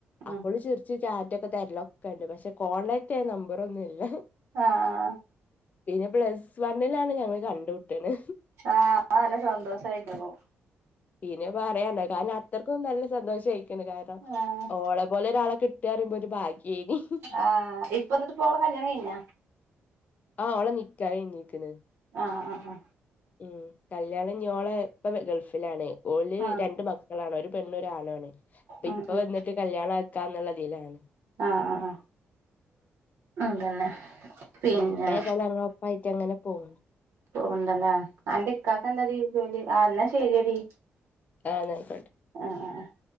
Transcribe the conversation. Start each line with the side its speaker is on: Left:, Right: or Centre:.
Right: ഉം
Left: അപ്പോളും ചിറിച്ച് റ്റാറ്റൊക്കെ തരലൊക്കെണ്ട് പക്ഷെ ഇപ്പ കോണ്ടടാക്ട് യ്യാൻ നമ്പറൊന്നുല്ല.
Right: ആഹ്
Left: പിന്നെ പ്ലസ് വണ്ണിലാണ് ഞങ്ങള് കണ്ടമുട്ട് ണ്.
Right: ആ അപ്പ നല്ല ശന്തോഷയിക്കണു.
Left: പീനെ പറയാണ്ടോ കാരണം അത്രക്കും നല്ല സന്തോഷം ആയിക്ക്ണ് കാരണം
Right: ആഹ്
Left: ഓളെ പോലെ ഒരാള കി കിട്ടറയുമ്പോ ഒരു ഭാഗ്യയ്നി
Right: ആഹ്, ഇപ്പൊ ന്നിട്ട് പ്പോളെ കല്യാണം കയിഞ്ഞ?
Left: ആഹ്, ഓളെ നിക്കാഹ്‌ കയിഞ്ഞിക്ക്ണ്.
Right: ആഹ്, അ, അ
Left: ഉം, കല്യാണം ഞ്ഞോളെ പ്പ ഗൾഫിലാണ് ഓല്
Right: ആഹ്
Left: രണ്ട് മാ ളാണ് ഒരു പെണ്ണും ഒരാണുവാണ് അപ്പൊ
Right: ഉം
Left: ഇപ്പ
Right: ഉം
Left: വന്നിട്ട് കല്യാണക്കാ ന്നുള്ളതിലാണ്.
Right: ആഹ്, ആ, ആ അതന്നെ. പിന്നെ
Left: ഉം പ്പേതായാലും അങ്ങനെ ഒപ്പാ യിറ്റങ്ങനെ പോകും.
Right: പോണ്ടല്ലേ, അന്റെഇക്കാക്കെന്താ ഡീ ജോലി. ആന്നാ ശെരിയടി.
Left: ആ ന്നായിക്കോട്ടെ
Right: ആഹ് ആഹ് അഹ്